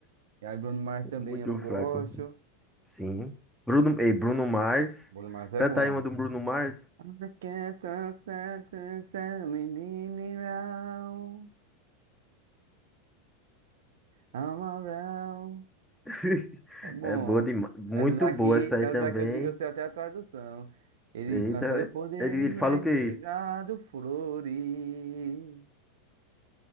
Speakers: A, on the right; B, in the centre.
A: E aí, Bruno
B: <laughs>
A: Mars também
B: Muito
A: eu gosto.
B: fraco. Sim. Bruno, e Bruno Mars.
A: Bruno Mars é
B: Canta
A: bom.
B: aí uma do Bruno Mars.
A: I can't stand to send me, me me round. I'm around.
B: <laughs>
A: É bom.
B: É boa demais. Muito
A: Essa daqui,
B: boa essa aí
A: essa
B: também.
A: daqui eu, di- eu sei até a tradução. Ele
B: Eita,
A: canta, eu poderia
B: ele, ele fala o
A: entregar
B: quê?
A: do flores.